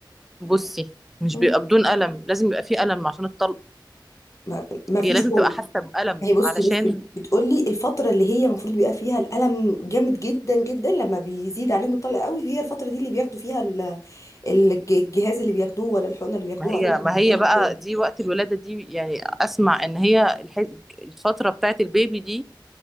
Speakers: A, in the centre; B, on the left.
A: بصي مش
B: مم.
A: بيبقى بدون ألم لازم يبقى فيه ألم عشان الطلق
B: ما ما فيش
A: هي لازم
B: ما
A: تبقى حاسة بألم
B: هي بصي
A: علشان
B: بصي بتقولي الفترة اللي هي المفروض بيبقى فيها الألم جامد جدا جدا لما بيزيد عليهم الطلق قوي هي الفترة دي اللي بياخدوا فيها ال- الج- الجهاز اللي بياخدوه ولا الحقنة اللي بياخدوها
A: ما هي
B: أي وقت
A: ما هي
B: أيا
A: بقى
B: كان
A: دي وقت الولادة دي يعني أسمع إن هي الح- الفترة بتاعت البيبي دي